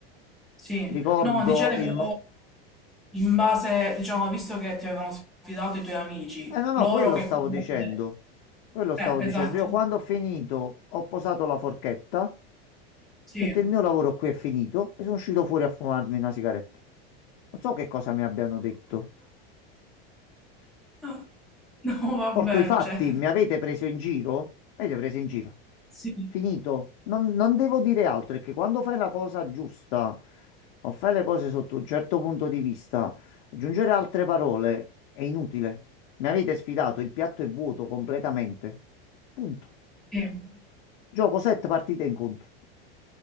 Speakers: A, in the centre; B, on the left.
A: Sì.
B: Ricordo
A: No, dicevo,
B: il... mo-
A: in base, diciamo, visto che ti avevano sfidato i tuoi amici,
B: Eh no, no,
A: loro
B: quello
A: che
B: stavo
A: comunque...
B: dicendo. Quello
A: Eh,
B: stavo
A: esatto.
B: dicendo. Io quando ho finito ho posato la forchetta, ho
A: Sì.
B: detto
A: <laughs>
B: il mio lavoro qui è finito e sono uscito fuori a fumarmi una sigaretta. Non so che cosa mi abbiano detto.
A: No, no, vabbè,
B: Porto i fatti,
A: cioè...
B: mi avete preso in giro? Mi avete preso in giro?
A: Sì,
B: Finito. Non, non devo dire altro, è che quando fai la cosa giusta o fai le cose sotto un certo punto di vista, aggiungere altre parole è inutile. Mi avete sfidato, il piatto è vuoto completamente. Punto.
A: sì.
B: Gioco 7 partite incontro.